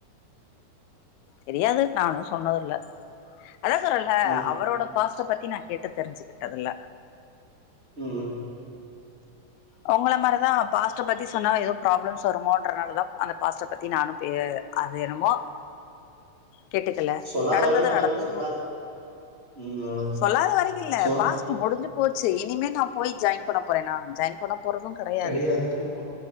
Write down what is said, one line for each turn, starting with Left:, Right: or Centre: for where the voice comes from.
Left: தெரியாது நானும் சொன்னதில்ல அதான் சொரல
Right: ம்
Left: அவரோட பாஸ்ட பத்தி பத்த நா கேட்டு தெரிஞ்சுகிட்டதுல்ல
Right: உம்
Left: உங்களளை மாரிதான் பாஸ்ட பத்தி சொன்னா ஏதோ ப்ராப்ளம்ஸ் வருமோன்றனாலதான் அந்த பாஸ்ட பத்தி நானும் பே அதுணுமோ கேட்டுக்கல
Right: சொல்லாத
Left: நடந்தது
Right: வரைக்கு நல்லது
Left: நடந்ததுமோ
Right: சொல்லாதீங்க ம் அவ்ளோதா
Left: சொல்லாத வரைக்குல்ல
Right: சோ
Left: பாஸ் முடிஞ்சு போச்சு இனிமே நா போய் ஜாயின் பண்ண போறேன் நா ஜாயின் போறதும் கிடையாது
Right: கெடையாது ஆமா